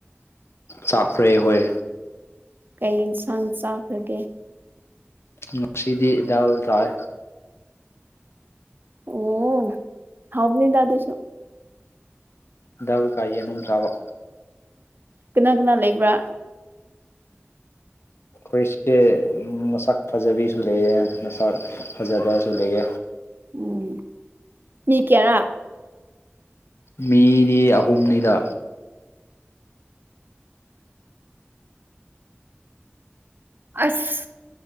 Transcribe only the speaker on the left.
ꯆꯥꯛꯈ꯭ꯔꯦ ꯍꯣꯏ
ꯉꯁꯤꯗꯤ ꯗꯜ ꯇꯥꯏ
ꯗꯥꯜ ꯀꯥꯏ ꯌꯦꯅꯨꯡ ꯆꯥꯕ
ꯑꯈꯣꯏꯁꯦ ꯃꯁꯛ ꯐꯖꯕꯤꯁꯨ ꯂꯩꯌꯦ ꯃꯁꯛ ꯐꯖꯕꯁꯨ ꯂꯩꯌꯦ
ꯃꯤ ꯗꯤ ꯑꯍꯨꯝꯅꯤꯗ